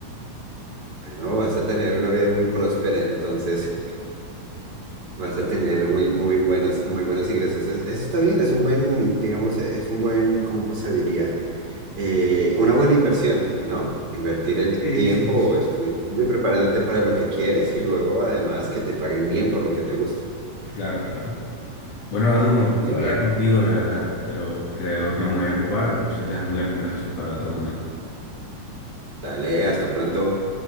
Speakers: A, on the right; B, on the left.
A: Bueno, vas a tener una vida muy próspera, entonces <laughs> vas a tener muy, muy buenos, muy buenos ingresos. Es- eso está bien, es un buen, digamos, e- es un buen, ¿cómo se diría? Eh, una buena inversión, ¿no? Invertir el
B: Sí,
A: tiempo
B: sí, sí.
A: estudiando y preparándote para lo que quieres y luego además que te paguen bien por lo que te gusta.
B: Claro, claro. Bueno, Edu, me gustó
A: Genial.
B: hablar contigo, la verdad, pero creo que me voy a ocupar, entonces dejamos la conversación para otro momento.
A: Dale, hasta pronto.